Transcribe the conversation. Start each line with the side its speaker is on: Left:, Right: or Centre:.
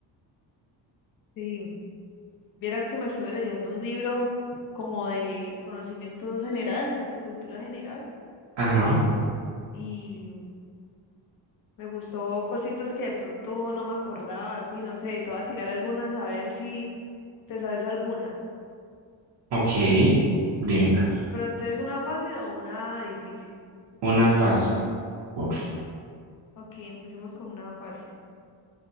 Left: Sí, vieras que me estoy leyendo un libro como de conocimientos generales, de cultura general,
Right: Ajá,
Left: y me gustó cositas que de pronto no me acordaba, así, no sé, te voy a tirar algunas a ver si te sabes alguna.
Right: ok, dímelas.
Left: Pero entonces, ¿una fácil o una difícil?
Right: Una fácil, por
Left: Ok, empecemos con una fácil.